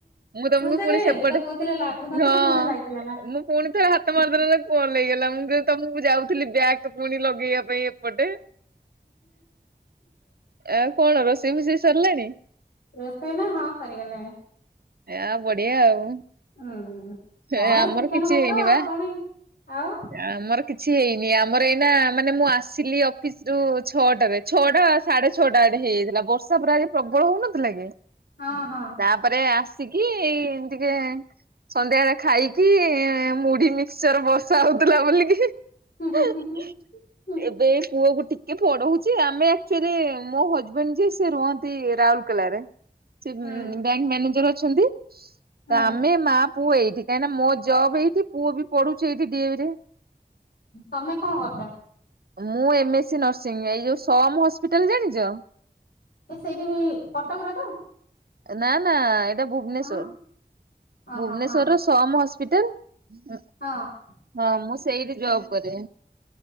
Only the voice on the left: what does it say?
ସେ
ଏବେ ତ କହୁଥିଲେ ଲାଗୁନଥିଲା
କେମିତି ଲାଗିଗଲା।
ରୋଷେଇ ନା ହଁ ସଗଲାଣି।
ହୁଁ। କଣ
ଏଇ ଚିକେନ
ଭାତ
ଆଉ
କଣ ଏଇ ଆଉ
ହଁ ହଁ।
ହୁଁ ହୁଁ ହୁଁ।
ହୁଁ
ହୁଁ
ହୁଁ
ତମେ କଣ କରଛ?
ସେଇଠି କଟକରେ ତ
ହଁ ଓହୋ
ହଁ
ହଁ।